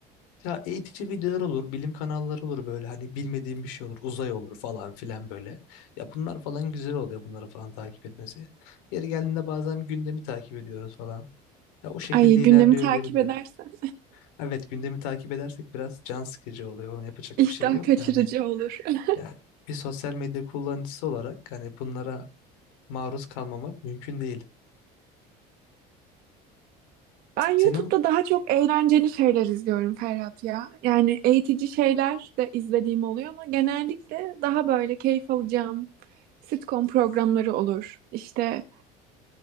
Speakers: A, on the left; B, on the right.
A: Ya eğitici videolar olur, bilim kanalları olur böyle hani bilmediğim bir şey olur, uzay olur falan filan böyle. Ya bunlar falan güzel oluyor bunları falan takip etmesi. Yeri geldiğinde bazen gündemi takip ediyoruz falan. Ya o şekilde
B: Ay gündemi
A: ilerliyor
B: takip
A: diyebilirim.
B: edersen
A: Evet gündemi takip edersek biraz can sıkıcı oluyor. Ona yapacak
B: <laughs> iştah
A: bir şey yok
B: kaçırıcı
A: da hani
B: olur. <laughs>
A: Yani bir sosyal medya kullanıcısı olarak hani bunlara maruz kalmamak mümkün değil.
B: Ben
A: Senin
B: YouTube'da daha çok eğlenceli şeyler izliyorum Ferhat ya. Yani eğitici şeyler de izlediğim oluyor ama genellikle daha böyle keyif alacağım sitcom programları olur. İşte